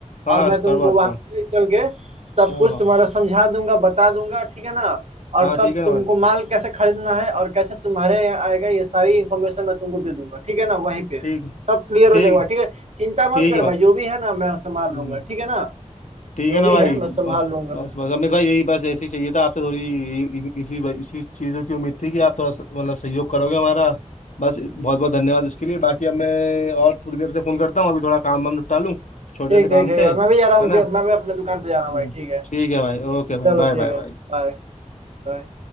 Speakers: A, on the left; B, on the right.
A: हाँ
B: और
A: हाँ
B: मैं तुमको
A: करवा देता
B: वहां
A: हूँ
B: पे ले चल के सब
A: हाँ
B: कुछ
A: हाँ
B: तुम्हारा समझा दूंगा बता दूंगा ठीक है ना और
A: हाँ,
B: सब
A: ठीक है ना
B: तुमको
A: भाई
B: माल कैसे खरीदना है और कैसे तुम्हारे यहाँ आएगा ये सारी इन्फॉर्मेशन मैं तुमको दे दूंगा ठीक है ना वहीं पे
A: ठीक है
B: सब क्लियर
A: ठीक
B: हो जाएगा ठीक है चिंता
A: ठीक
B: मत कर
A: है भाई
B: भाई जो भी है ना मैं संभाल
A: हम्म
B: लूंगा ठीक है ना
A: ठीक
B: जो
A: है ना
B: भी
A: भाई
B: है मैं
A: बस
B: संभाल लूंगा
A: बस बस अमित भाई यही बस ऐसे ही चाहिए था आपसे थोड़ी यही- इसी इसी चीज़ों की उम्मीद थी कि आप थोड़ा स- मतलब सहयोग करोगे हमारा बस बहुत बहुत धन्यवाद इसके लिए बाकी अब मैं और थोड़ी देर से फोन करता हूँ अभी थोड़ा काम वाम निपटा लूँ छोटे
B: ठीक
A: से काम
B: ठीक ठीक
A: थे
B: भाई
A: है
B: मैं भी जा रहा हूँ
A: ना
B: मैं भी अपने दुकान
A: हम्म,
B: पे जा रहा हूँ भाई ठीक है
A: ठीक है भाई ओके भाई
B: चलो
A: बाय
B: ठीक
A: बाय
B: है
A: बाय
B: Bye bye